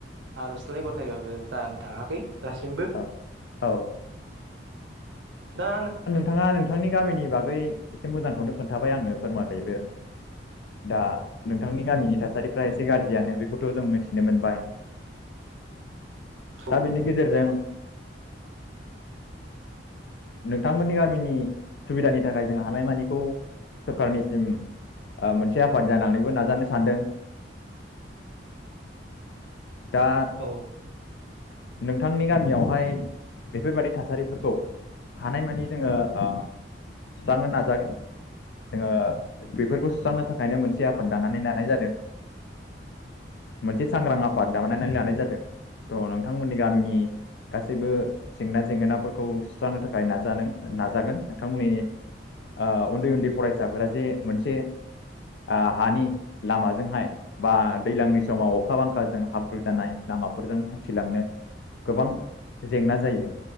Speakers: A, on the right (about 75°); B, on the left (about 65°).
A: आरजलाइ गथायबाबो जानो थाङाखै। दासिमबो
B: औ औ।
A: दा
B: थाङा नोंथांनि गामिनि बागै एसे मोजांखौनो खोन्थाबाय आंनो फोरमाबायबो दा नोंथांनि गामिनि थासारिफ्रा एसे गाज्रियानो बेखौथ जों मि नो मोनबाय। दा
A: औ
B: बेनि गेजेरजों। नोंथांमोननि गामिनि सुबिदानि थाखाय जों हानायमानिखौ सरखारनिसिम ओ मोनसे आफाद जानानैबो नाजानो सानदों। दा
A: औ
B: नोंथांनि गामियावहाय बेफोरबायादि थासारिफोरखौ हानायमानि जोङो ओ सुस्रांनो नाजागोन जोङो बेफोरखौ सुस्रांनो थाखायनो मोनसे आफाद दानानै लानाय जादों मोनसे सांग्रां आफाद दानायनानै लानाय जादों त नोंथांमोननि गामिनि गासैबो जेंना जेंगोनाफोरखौ सुस्रांनो थाखाय नाजादों नाजागोन नोंथांमोननि ओ उन्दै उन्दै फरायसाफोरा जे मोनसे ओ हानि लामाजोंहाय बा दैलांनि समाव अखा बांखाजों हाब्रु जानाय लामाफोरजों हान्थिलांनो गोबां जेंना जायो